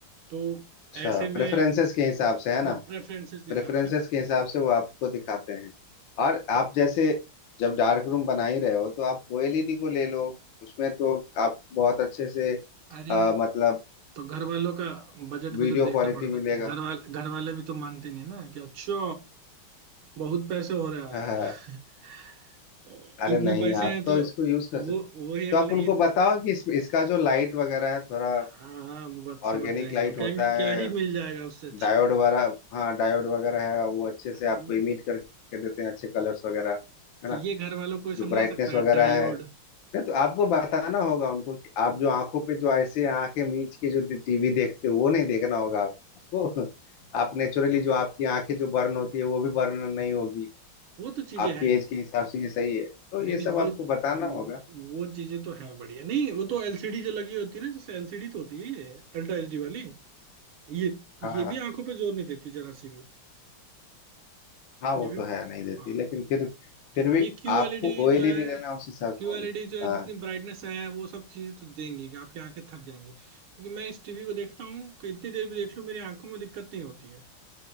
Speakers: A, on the right; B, on the left.
A: तो
B: अच्छा
A: ऐसे में
B: प्रेफरेंसेस के हिसाब से है ना
A: हाँ प्रेफरेंसेस के
B: प्रेफरेंसेस
A: हिसाब से
B: के हिसाब से वो आपको दिखाते हैं और आप जैसे जब डार्क रूम बना ही रहे हो तो आप ओएलईडी को ले लो उसमें तो आप बहुत अच्छे से
A: अरे
B: अ, मतलब
A: तो घर वालों का बजट
B: वीडियो
A: भी तो देखना
B: क्वालिटी
A: पड़ता
B: मिलेगा
A: है घर वाले घर वाले भी तो मानते नहीं ना कि अच्छा बहुत पैसे हो रहा
B: <laughs>
A: है <laughs>
B: अरे
A: इतने
B: नहीं
A: पैसे
B: आप
A: हैं
B: तो
A: तो
B: इसको यूज कर सकते
A: वो वो ये
B: तो
A: बोलेंगे
B: आप उनको
A: इतने
B: बताओ कि इस, इसका जो लाइट वगैरह है थोड़ा
A: हाँ वो बात समझ
B: ऑर्गेनिक
A: जाएंगे
B: लाइट
A: लोग कहेंगे
B: होता है
A: क्या ही मिल जाएगा उससे अच्छा
B: डायोड वगैरह हाँ डायोड वगैरह है वो अच्छे से आपको
A: ये,
B: इमिट करके देते हैं अच्छे कलर्स वगैरह है ना
A: ये घर वालों को समझा
B: जो ब्राइटनेस
A: सकता है
B: वगैरह
A: डायोड
B: है नहीं तो आपको बताना होगा उनको कि आप जो आंखों पे जो ऐसे आंखें मीच के जो टीवी देखते हो वो नहीं देखना होगा आपको <laughs> आप नेचुरली जो आपकी आंखें जो बर्न होती है वो भी बर्न नहीं होगी
A: वो तो चीजें
B: आपकी
A: हैं
B: एज के हिसाब से ये सही है तो
A: नहीं
B: ये
A: नहीं
B: सब
A: वो
B: आपको बताना
A: वो
B: होगा
A: चीजें तो हैं बढ़िया नहीं वो तो एलसीडी जो लगी होती है ना जैसे एलसीडी तो होती है ये अल्ट्रा एचडी वाली ये
B: हाँ
A: ये भी
B: हाँ
A: आंखों पे जोर नहीं देती जरा सी भी
B: हाँ
A: ये
B: वो
A: भी
B: तो है नहीं देती
A: हाँ
B: लेकिन फिर फिर
A: तो
B: भी
A: ये क्यू
B: आपको
A: एलईडी
B: ऑयली
A: जो है
B: नहीं रहना उस हिसाब से
A: क्यूएलईडी
B: होगा।
A: जो है जितनी
B: हाँ,
A: ब्राइटनेस है वो सब चीजें तो देंगी कि आपकी आंखें थक जाएंगी क्योंकि मैं इस टीवी को देखता हूँ कि इतनी देर भी देख लूँ मेरी आंखों में दिक्कत नहीं होती है